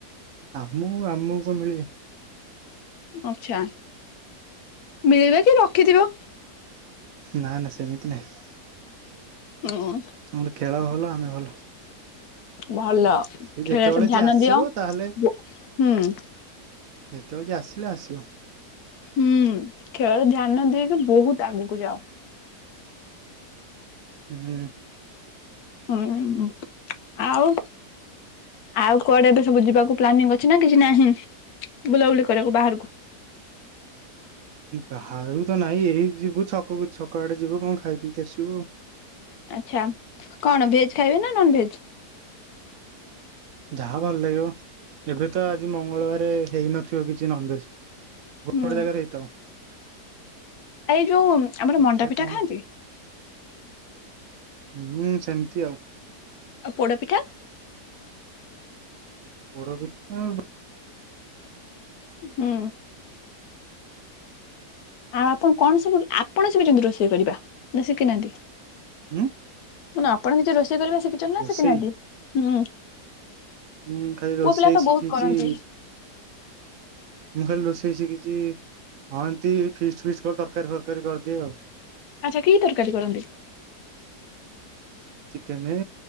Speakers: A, on the right; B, on the left.
A: ଆମୁ ଆମକୁ କଣ ମିଳିବେ?
B: ଆଛା ମିଳେ କି ରଖିଥିବ?
A: ନା ନା ସେମିତି ନାଇଁ।
B: ହଁ।
A: ଆମର ଖେଳ ଭଲ ଆମେ ଭଲ।
B: ଭଲ
A: ସେ ଯେତେବେଳେ
B: ଖେଳରେ ଧ୍ୟାନ
A: ଯିଏ ଆସିବ
B: ଦିଅ ହୁଁ।
A: ତାହେଲେ ଯେତେବେଳେ ଯିଏ ଆସିଲେ ଆସିବ?
B: ହୁଁ ଖେଳରେ ଧ୍ୟାନ ଦେଇକି ବହୁତ ଆଗକୁ ଯାଅ।
A: ହୁଁ।
B: ହୁଁ ଆଉ ଆଉ କୁଆଡେ ଏବେ ସବୁ ଯିବାକୁ ପ୍ଲାନିଂ ଅଛି ନା କିଛି ନାହିଁ ବୁଲାବୁଲି କରିବାକୁ ବାହାରକୁ?
A: ବାହାରୁ ତ ନାଇଁ ଏଇ ଯିବୁ ଛକ ବ ଛକ ଆଡେ ଯିବୁ କଣ ଖାଇ ପିକି ଆସିବୁ ଆଉ?
B: ଆଚ୍ଛା କଣ ଭେଜ୍ ଖାଇବେ ନା ନନ ଭେଜ୍?
A: ଯାହା ଭଲ ଲାଗିବ ଏବେ ତ ଆଜି ମଙ୍ଗଳବାର ହେଇନଥିବ କିଛି ନନଭେଜ। ଗୋଟେ
B: ହୁଁ
A: ଗୋଟେ ଜାଗାରେ ହେଇଥାଉ।
B: ଏଇ ଯୋଉ ଆମର
A: ଦେଖିବା
B: ମଣ୍ଡାପିଠା
A: କଣ
B: ଖାଆନ୍ତି?
A: ହୁଁ ସେମତି ଆଉ
B: ଆଉ ପୋଡ଼ପିଠା।
A: ପୋଡପିଠା-
B: ହୁଁ। ଆଉ ଆପଣ କଣ ସବୁ ଆପଣ ଶିଖିଛନ୍ତି ରୋଷେଇ କରିବା ନା ଶିଖିନାହାନ୍ତି?
A: ଉଁ
B: ମାନେ ଆପଣ କିଛି ରୋଷେଇ କରିବା ଶିଖିଛନ୍ତି ନା
A: ରୋଷେଇ
B: ଶିଖିନାହାନ୍ତି ହୁଁ?
A: ହଁ ଖାଲି ରୋଷେଇ
B: ପୁଅ ପିଲା ତ
A: ଶିଖିଛି।
B: ବହୁତ କରନ୍ତି
A: ମୁଁ ଖାଲି ରୋଷେଇ ଶିଖିଛି ହଁ ଏମତି ଫିଷ୍ଟ ଫିସ୍ କଲେ ତରକାରୀ ଫରକାରୀ କରିଦିଏ ଆଉ
B: ଆଚ୍ଛା କି ତରକାରୀ କରନ୍ତି?
A: ଚିକେନ